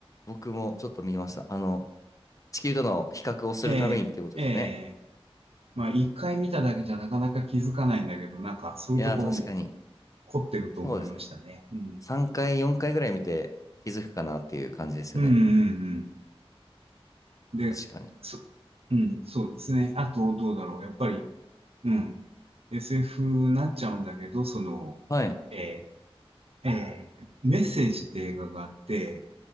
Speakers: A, on the left; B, on the right.
A: 僕もちょっと見ました。あの、地球との比較をするためにっていうことですよね。
B: ええ、ええ、まあ一回見ただけじゃなかなか気づかないんだけど、なんかそういうところも
A: いやー、確かに。
B: 凝ってると思いましたね。
A: そうですね。
B: うん。
A: 3回、4回ぐらい見て気づくかなっていう感じですよね。
B: うん、うん、うん。
A: 確かに。
B: で、そ、うん、そうですね。あと、どうだろう。やっぱり、うん。SF になっちゃうんだけど、その、
A: はい。
B: えーえーメッセージって映画があって、